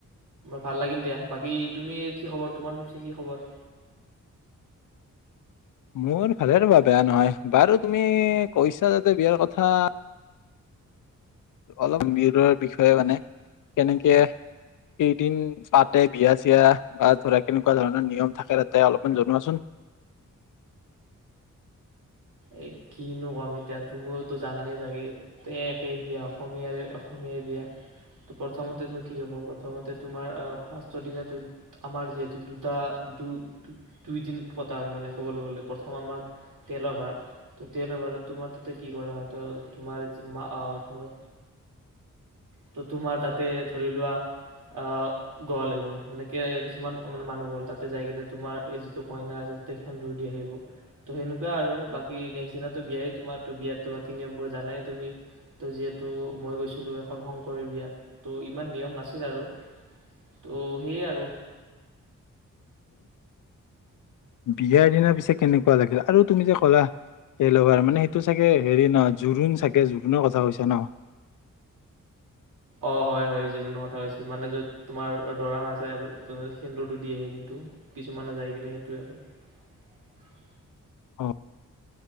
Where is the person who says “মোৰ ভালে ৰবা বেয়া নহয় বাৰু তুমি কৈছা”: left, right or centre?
Left